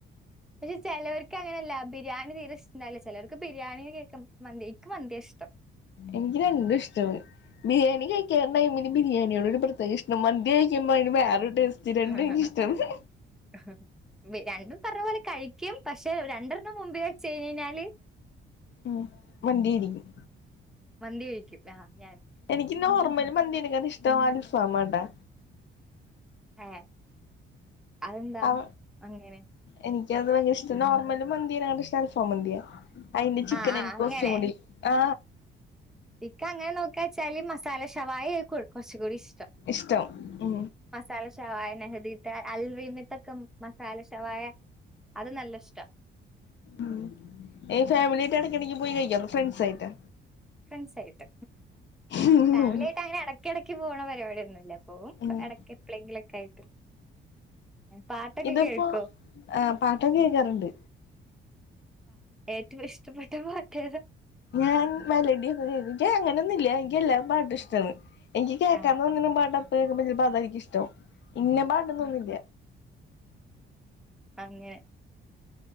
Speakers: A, in the centre; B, on the left.
A: പക്ഷെ ചേലർക്ക് അങ്ങനെയല്ല ബിരിയാണി തീരെ ഇഷ്ട്ടാണ്ടാവില്ല. ചെലർക്ക്ബിരിയാണി കേക്കുമ്പോ മതിയ്ക്ക്ഇൻക്ക് മന്തിയ ഇഷ്ടം
B: എനിക്ക് രണ്ടും ഇഷ്ട്ടാണ്. ബിരിയാണി കഴിക്കാൻ ടൈമിൽ ബിരിയാണിയോട് ഒരു പ്രത്യേക ഇഷ്ടം. മന്തി കഴിക്കുമ്പോൾ അയിന് വേറെരു ടേസ്റ്റ്. രണ്ടും
A: ഹഹ
B: എനിക്ക്
A: ഹ
B: ഇഷ്ടാണ്
A: ഹ രണ്ടും പറഞ്ഞ പോലെ കഴിക്കും പക്ഷെ രണ്ടെണ്ണം മുൻപിൽ വെച്ച്യ്ഞഴിഞ്ഞാല്
B: ഉം മന്തിയായിരിക്കും.
A: മന്തി കഴിക്കും ആഹ് ഞാൻ
B: എനിക്ക് നോർമല് മന്തിനേക്കാള് ഇഷ്ടം അൽഫാമാട്ടോ
A: ആഹ് അതെന്താ
B: അവ
A: അങ്ങനെ?
B: എനിക്കത് ഭയങ്ക ഇഷ്ട. നോർമല് മന്തിനെക്കാൾ ഇഷ്ടം അൽഫാം മന്തിയാ അയിന്റെ ചിക്കനെന്ക്കു
A: ആഹ് ആഹ് അങ്ങനെ
B: കുറച്ചുകൂടി, ആ
A: ഇക്ക് അങ്ങനെ നോക്കാച്ചാല് മസാല ഷവായ ഏക്കും കുറച്ചുകൂടി ഇഷ്ടം.
B: ഇഷ്ടം ഉം.
A: മസാല ഷവായ നെഹദീത്തെ അൽറീമത്തൊക്കെ മസാല ശവായ. അത് നല്ല ഇഷ്ട.
B: ഉം, ഈ ഫാമിലി ആയിട്ട് ഇടക്കിടക്ക് പോയി കഴിക്കോ? അതോ ഫ്രണ്ട്സായിട്ട?
A: ഫ്രണ്ട്സ് ആയിട്ട്.
B: ഉം
A: ഫാമിലി ആയിട്ട് അങ്ങനെ ഇടക്ക ഇടക്ക്ക് പോണ പരിപാടിയൊന്നുല്ല. പോവും,
B: ഉം
A: എടക്ക് എപ്പളെങ്കിലൊക്കെ ആയിട്ട്. പാട്ടൊക്കെ
B: ഇതിപ്പോ
A: കേൾക്കോ?
B: എ പാട്ടൊക്കെ കേക്കാറുണ്ട്.
A: ഏറ്റവും ഇഷ്ടപ്പെട്ട പാട്ടേത?
B: ഞാൻ മെലഡി ഒക്കെ കേക്കും. നിക്ക് അങ്ങനെയൊന്നും ഇില്ല എനിക്ക് എല്ലാ പാട്ടും ഇഷ്ട്ടാണ്. എനിക്ക് കേക്കാൻ
A: ആഹ്
B: തോന്നണ പാട്ടപ്പൊ കേൾക്ക്മ്പോ ചെൽപ്പോ അതായിരിക്കും ഇഷ്ടം. ഇന്നെ പാട്ടെന്നൊന്നുല്ല.
A: അങ്ങനെ